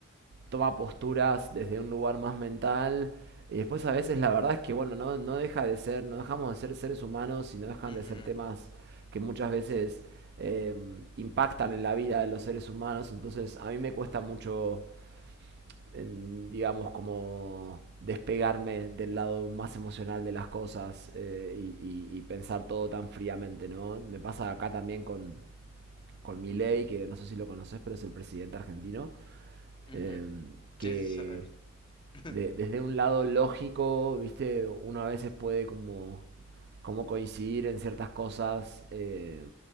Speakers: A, on the right; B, on the left.
A: toma posturas desde un lugar más mental. Y después a veces la verdad es que, bueno, no, no deja de ser, no dejamos de ser seres humanos y no dejan
B: Ujú,
A: de ser temas que muchas veces eh, impactan en la vida de los seres humanos. Entonces a mí me cuesta mucho, en, digamos, como despegarme del lado más emocional de las cosas eh, y, y- y pensar todo tan fríamente, ¿no? Me pasa acá también con, con Milei, que no sé si lo conoces, pero es el presidente argentino,
B: ujú.
A: eh, que
B: Sí, sí, sé de él. <laughs>
A: de- desde un lado lógico, viste, uno a veces puede como, como coincidir en ciertas cosas eh,